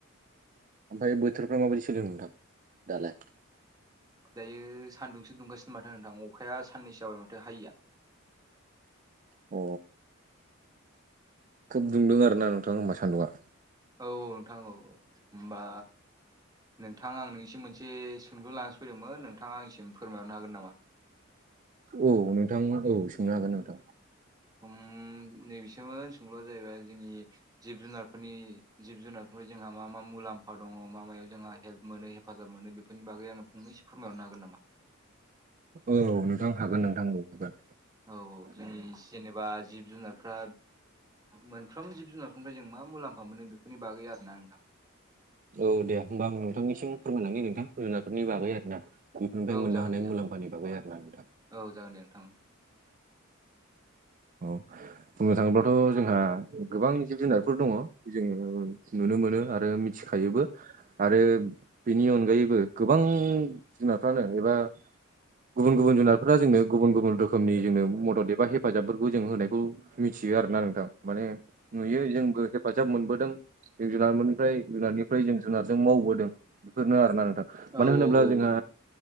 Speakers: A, on the right; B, on the right.
A: ओमफाय बोथोरफ्रा माबायदि सोलिदों नोंथां दालाय।
B: दायो सानदुंसो दुंगासिनो माथो नोंथां अखाया साननैसो जाबाय माथो हायिया।
A: अ खोब दुंदों आरो ना नोंथां होमबा सान्दुआ।
B: औ औ नोंथां औ होनबा नोंथां आं नोंसिम मोनसे सो सोंलु लानसो फैदोंमोनोंथाङा आंसिम फोरमायरनो हागोन नामा?
A: औ नोंथां औ सोंनो हागोन नोंथां।
B: उम नैबेसोमोन सोंलुआ जाहैबाय जोंनि। जिब जुनारफोरनि जिब जुनारफोरनि जोंहा मा मा मुलाम्फा दङ मा मायाव जोंहा हेल्प मोनो। हेफाजाब मोनो बेफोरनि बागै आंनो फंनैसो फोरमायहरनो हागोन नामा।
A: औ नोंथां हागोन नोंथां हागोन।
B: औ औ जोंनि जेनेबा जिब जुनारफ्रा मोनफ्रोम जिब जुनार फ्राय जों मा मुलामफा मोनो बेफोरनि बागै आरो ना नोंथां।
A: औ दे होमबा आं नोंथांनिसिम फोरमायलाङै नोंथां जुनारफोरनि बागै आरोना। बेफोरनिफ्राय
B: औ
A: मोननो
B: जागोन
A: हानाय
B: दे जागोन
A: मुलाम्फानि बागै आरोना नोंथां।
B: औ जागोन दे नोंथां।
A: औ बुंनो थाङोब्लाथ जोंहा गोबां जिब जुनारफोर दङ। जोङो नुनो मोनो आरो मिथिखायोबो आरो बिनि अनगायैबो। गोबां जुनारफ्रानो एबा गुबुन गुबुन जुनार फोर जोंनो गुबुन गुबुन रोखोमनि जोंनो मदद एबा हेफाजाबफोरखौ जों होनायखौ। मिथियो आरोना नोंथां माने नुयो जोंबो हेफ हेफाजाब मोनबोदों जउ जुनारनिफ्राय जुनारनिफ्राय जों जुनारजों मावबोदों। बेफोरनो आरोना नोंथां
B: औ
A: मानो
B: औ
A: होनोब्ला
B: औ
A: जोंहा।
B: औ